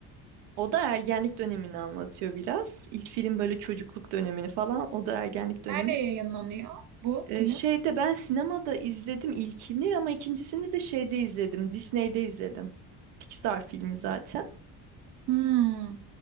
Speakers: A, on the right (about 80°); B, on the right (about 45°).
A: O da ergenlik dönemini anlatıyor biraz. İlk film böyle çocukluk dönemini falan. O da ergenlik dönemi.
B: Nerede yayınlanıyor bu
A: Ee,
B: film?
A: şeyde ben sinemada izledim ilkini ama ikincisini de şeyde izledim. Disney'de izledim. Pixar filmi zaten.
B: Hmm.